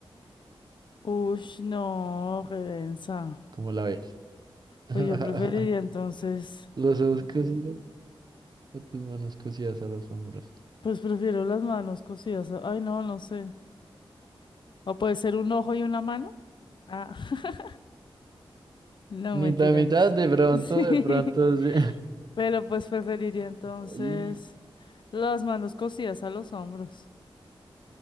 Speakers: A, on the left; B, on the right.
A: Ush, no, redensa.
B: ¿Cómo la ves? <laughs>
A: Pues yo preferiría entonces,
B: Los ojos cosidos o tus manos cosidas a los hombros.
A: pues prefiero las manos cosidas. Ay, no, no sé. O puede ser un ojo y una mano. Ah, <laughs> no
B: Mitad,
A: mentiras.
B: mitad, de
A: <laughs>
B: pronto,
A: Sí.
B: de pronto, sí.
A: Pero pues preferiría entonces
B: <laughs> Ay,
A: las manos cosidas a los hombros.